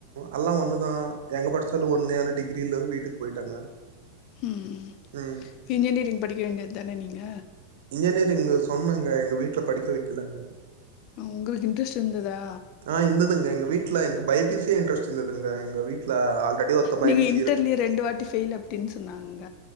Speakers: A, on the right; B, on the left.
A: அல்லா ஒண்ணுதா எங்க படிச்சாலு ஒண்னு அந்த டிகிரில வீட்டுக்கு போயிட்டங்க
B: ம்.
A: ம்
B: இன்ஜினியரிங் படிக்க வேண்டியதுதான நீங்க
A: இன்ஜினியரிங்கு சொன்னங்க எங்க வீட்ல படிக்க வைக்கலங்க
B: அ உங்களுக்கு இன்ட்ரெஸ்ட் இருந்துதா
A: ஆ இருந்துதுங்க எங்க வீட்ல எனக்கு பை பி சியே இன்ட்ரெஸ்ட் இருந்துதுங்க எங்க வீட்ல அ ஆல்ரெடி பை
B: நீங்க
A: பி சி
B: இன்டர்ல்லே
A: இரு
B: ரெண்டு வாட்டி ஃபெயில் அப்டின்னு சொன்னாங்க